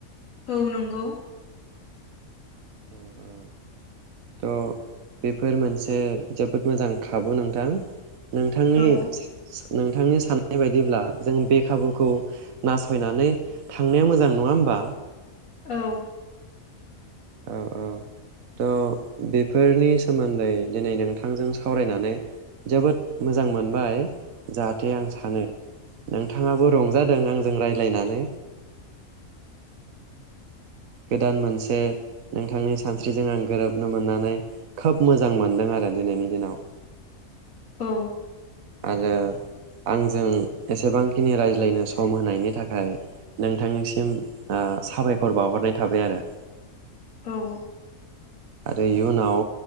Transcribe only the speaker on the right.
औ औ थ' बेफोर मोनसे जोबोद मोजां खाबु नोंथां। नोंथांनि
नोंथांनि साननाय बायदिब्ला जों बे खाबुखौ नासयनानै थांनाया मोजां नङा होमबा
औ औ थ' बेफोरनि सोमोन्दै दिनै नोंथांजों सावरायनानै जोबोद मोजां मोनबाय जाहाथे आं सानो नों नोंथाङाबो रंजादों आंजों रायज्लायनानै गोदान मोनसे नोंथांनि सानस्रिजों आं गोरोब मोननानै खोब मोजां मोन्दों आरो दिनैनि दिनाव
आरो आंजों एसेबांखिनि रायज्लायनो स सम होनायनि थाखाय नोंथां थांनिसिम साबाय खर बावहरनाय थाबाय आरो
आरो इयुनाव